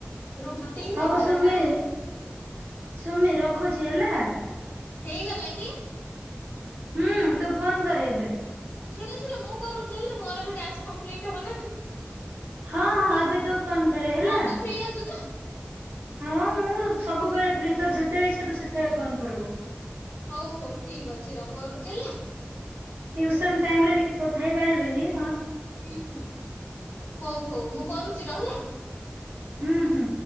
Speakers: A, on the left (about 55°); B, on the right (about 70°).
A: ରୁଟି
B: ହଉ
A: ପରଟା।
B: ସୁମି ସୁମି ରଖୁଛି ହେଲା।
A: ହେଇଗଲା କି?
B: ହୁଁ ତୁ ଫୋନ କରେ ଏବେ।
A: ଶୁଣ ଶୁଣ ମୁଁ କରୁଛି ହେଲା, ମୋର ବି ଟାସ୍କ୍ କମ୍ପପ୍ଲିଟ୍ ହବ ନା।
B: ହଁ ହଁ ଏବେ ତୁ ଫନ୍‌ କରେ ହେଲା।
A: ହଁ ତୁ ଫ୍ରି ଅଛୁ ତ?
B: ହଁ ମୁଁ ସବୁବେଳେ ଫ୍ରି ତୋର ଯେତେବେଳେ ଇଛା ତୁ ସେତେବେଳେ ଫୋନ୍ କରିବୁ।
A: ହଉ ହଉ ଠିକ ଅଛି ର କରୁଛି ହେଲା।
B: ଟ୍ୟୁସନ ଟାଇମ ରେ ଟିକେ କଥା ହେଇ ପାରିବିନି।
A: ହୁଁ ହୁଁ ହଉ ହଉ ମୁଁ କରୁଛି ର ହେଲା
B: ହୁଁ ହୁଁ